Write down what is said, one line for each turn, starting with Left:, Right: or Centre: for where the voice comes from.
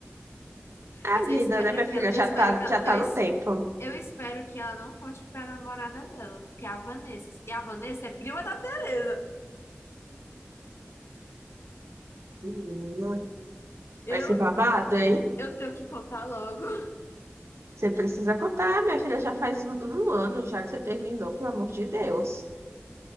Right: É
Left: Mas
Right: a
Left: eu
Right: vida,
Left: espero
Right: né, minha
Left: que
Right: filha?
Left: ela, eu
Right: Já
Left: espero
Right: tá,
Left: que ela,
Right: já tá
Left: eu, es-
Right: no tempo.
Left: eu espero que ela não conte pra namorada dela, que é a Vanessa. E a Vanessa é prima da Tereza.
Right: Menina,
Left: Eu
Right: vai ser babado, hein?
Left: Eu tenho que contar logo. <laughs>
Right: Você precisa contar, minha filha. Já faz um, um ano já que você terminou, pelo amor de Deus.